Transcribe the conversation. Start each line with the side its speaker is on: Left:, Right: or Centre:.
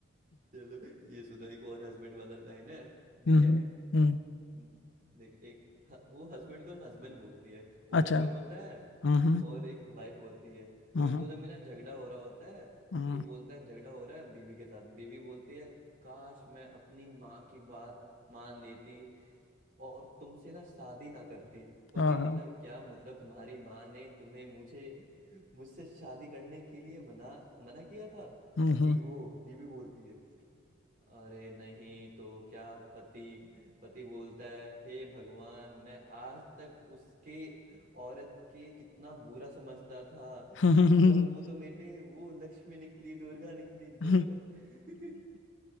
Right: चलो ये सुनो एक और हस्बैंड वाला लाइन है ठीक
Left: हम्म
Right: है
Left: हम्म
Right: हम्म, देख एक ह- वो हस्बैंड को हस्बैंड बोलती है वो
Left: अच्छा
Right: हस्बैंड होता है
Left: हम्म हम्म
Right: और एक वाइफ होती है तो
Left: हम्म
Right: इन दोनों में ना झगड़ा हो रहा होता है
Left: हम्म,
Right: कि वो बोलता है झगड़ा हो रहा है बीवी के साथ बीवी बोलती है काश मैं अपनी माँ की बात मान लेती और तुमसे ना शादी ना करती पति
Left: हाँ
Right: बोलता
Left: हाँ
Right: है क्या मतलब तुम्हारी माँ ने तुम्हें मुझे मुझसे शादी करने के लिए मना मना किया था
Left: हम्म
Right: फिर
Left: हम्म
Right: वो बीवी बोलती है अरे नहीं तो क्या पति पति बोलता है हे भगवान मैं आज तक उसके औरत के कितना बुरा समझता था
Left: हम्म।
Right: पर वो तो मेरे लिए वो लक्ष्मी निकली दुर्गा निकली
Left: हम्म।
Right: बचपन <laughs>